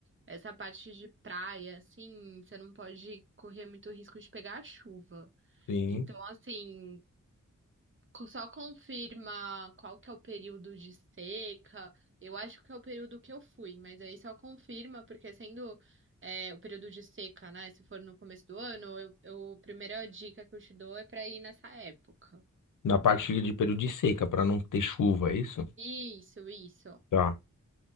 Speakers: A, on the right; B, on the left.
A: essa parte de praia, assim, você não pode correr muito risco de pegar chuva.
B: Sim.
A: Então, assim co- Só confirma qual que é o período de seca. Eu acho que é o período que eu fui, mas aí só confirma, porque sendo é, o período de seca, né? Se for no começo do ano, eu, eu- a primeira dica que eu te dou é pra ir nessa época,
B: Na parte
A: tá?
B: de período de seca, pra não ter chuva, é isso?
A: Isso, isso.
B: Tá.